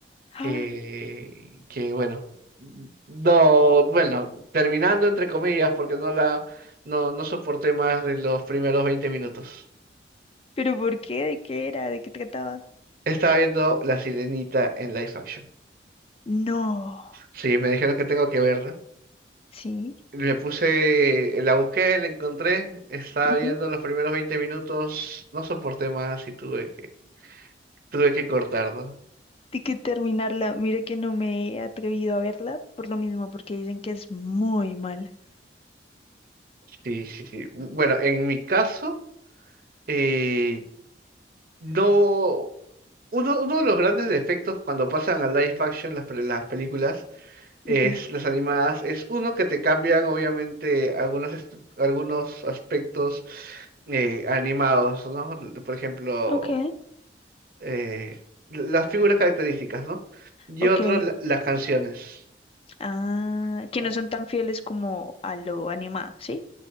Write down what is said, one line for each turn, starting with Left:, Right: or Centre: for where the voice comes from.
Left: Ah,
Right: que, que bueno, no, bueno, terminando entre comillas porque no la, no, no soporté más de los primeros 20 minutos.
Left: ¿pero por qué? ¿De qué era? ¿De qué trataba?
Right: Estaba viendo La Sirenita en live action.
Left: No.
Right: Sí, me dijeron que tengo que verla.
Left: Sí.
Right: Me puse, la busqué, la encontré, estaba
Left: ujú.
Right: viendo los primeros 20 minutos, no soporté más y tuve que Tuve que cortarlo.
Left: Tengo que terminarla. Mire que no me he atrevido a verla por lo mismo, porque dicen que es muy mala.
Right: Sí, sí, sí. Bueno, en mi caso, eh, no. Uno, uno de los grandes defectos cuando pasan a live action las, pel- las películas, es,
Left: Ujú.
Right: las animadas, es uno que te cambian obviamente algunos, estu- algunos aspectos eh, animados, ¿no? L- Por ejemplo,
Left: Ok,
Right: eh, l- las figuras características, ¿no? Y
Left: ok.
Right: otro, la- las canciones.
Left: Ah,
Right: ¿no?
Left: que no son tan fieles como a lo animado, ¿sí?